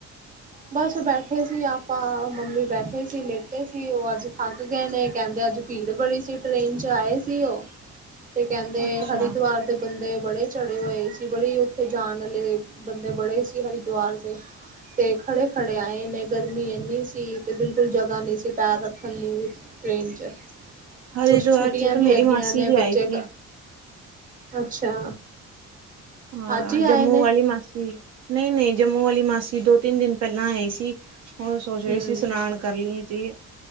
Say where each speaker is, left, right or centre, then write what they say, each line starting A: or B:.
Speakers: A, on the right; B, on the right.
A: ਬਸ ਬੈਠੇ ਸੀ ਆਪਾਂ ਮੰਮੀ ਬੈਠੇ ਸੀ ਲੇਟੇ ਸੀ ਉਹ ਅੱਜ ਥੱਕ ਗਏ ਨੇ ਕਹਿੰਦੇ ਅੱਜ ਸਪੀਡ ਬੜੀ ਸੀ ਟ੍ਰੇਨ ਚ ਆਏ ਸੀ ਉਹ ਤੇ ਕਹਿੰਦੇ
B: ਅੱਛਾ
A: ਹਰਿਦਵਾਰ ਦੇ ਬੰਦੇ ਬੜੇ ਚੜੇ ਹੋਏ ਸੀ ਬੜੀ ਉੱਥੇ ਜਾਣ ਵਾਲੇ ਬੰਦੇ ਬੜੇ ਸੀ ਹਰਿਦਵਾਰ ਦੇ ਤੇ ਖੜੇ ਖੜੇ ਆਏ ਨੇ ਗਰਮੀ ਇੰਨੀ ਸੀ ਤੇ ਬਿਲਕੁਲ ਜ੍ਹਾ ਨਹੀ ਸੀ ਪੈਰ ਰੱਖਣ ਲਈ ਵੀ ਟ੍ਰੇਨ ਚ
B: ਹਰਿਦੁਆਰ
A: ਕੁਛ ਛੁੱਟੀਆਂ
B: ਚ ਤਾਂ
A: ਵੀ
B: ਮੇਰੀ
A: ਹੈਗੀਆਂ
B: ਮਾਸੀ
A: ਨੇ
B: ਵੀ
A: ਬੱਚੇ
B: ਆਈ ਸੀ
A: ਅੱਛਾ
B: ਹਾਂ
A: ਅੱਜ ਹੀ
B: ਜੰਮੂ
A: ਆਏ ਨੇ
B: ਵਾਲੀ ਮਾਸੀ ਨਹੀਂ ਨੇ ਜੰਮੂ ਵਾਲੀ ਮਾਸੀ ਦੋ ਤਿੰਨ ਦਿਨ ਪਹਿਲਾਂ ਆਏ ਸੀ ਹੋਰ ਸੋਚ ਰਹੇ
A: ਹੂੰ
B: ਸੀ ਸ਼ਨਾਨ ਕਰ ਲਈਏ ਜੀ